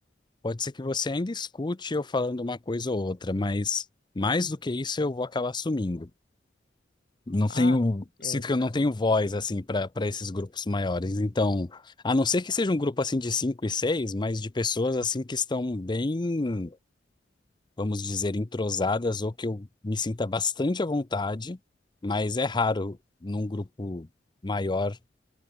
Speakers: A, on the left (about 25°); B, on the left (about 55°).
A: pode ser que você ainda escute eu falando uma coisa ou outra, mas mais do que isso eu vou acabar sumindo. Não
B: Ah,
A: tenho,
B: é,
A: sinto
B: eu também
A: que eu não
B: sou.
A: tenho voz assim para para esses grupos maiores. Então, a não ser que seja um grupo assim de cinco e seis, mas de pessoas assim que estão bem, vamos dizer, entrosadas ou que eu me sinta bastante à vontade, mas é raro num grupo maior